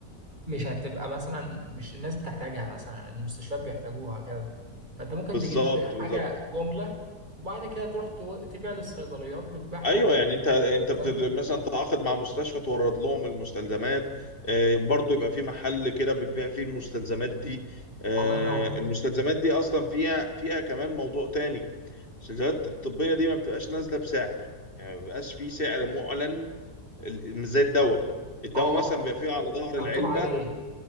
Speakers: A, on the right (about 30°); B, on the left (about 35°).
A: مش هتبقى مثلا مش الناس بتحتاجها مثلا المستشفيات بيحتاجوها كده فأنت ممكن
B: بالظبط
A: تجيب
B: بالظبط
A: حاجة جملة وبعد كده تروح تو- تبيع للصيدليات بتبيعها
B: ايوه يعني انت انت
A: في أي حتة
B: بتد... مثلا تعاقد مع مستشفى تورد لهم المستلزمات آه، برضو يبقى في محل كده بتبيع فيه المستلزمات دي آه،
A: الله ينور
B: المستلزمات دي اصلا فيها فيها كمان موضوع تاني المستلزمات الطبيه دي ما بتبقاش نازله بسعر يعني ما بيبقاش في سعر معلن ال- مش زي الدواء الدواء
A: اه
B: مثلا
A: آه.
B: بيبقى فيه على ظهر
A: مكتوب
B: العلبه
A: عليه